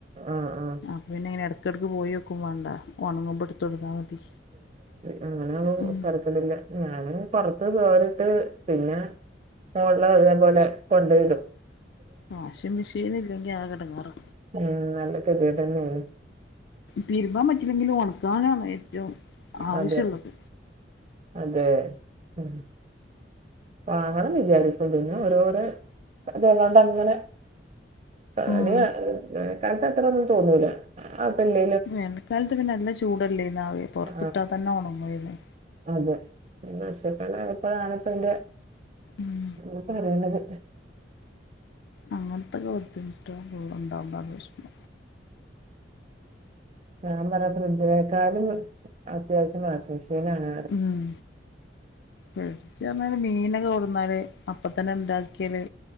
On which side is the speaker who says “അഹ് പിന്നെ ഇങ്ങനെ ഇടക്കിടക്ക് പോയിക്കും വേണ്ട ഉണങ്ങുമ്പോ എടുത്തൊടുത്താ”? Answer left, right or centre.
Left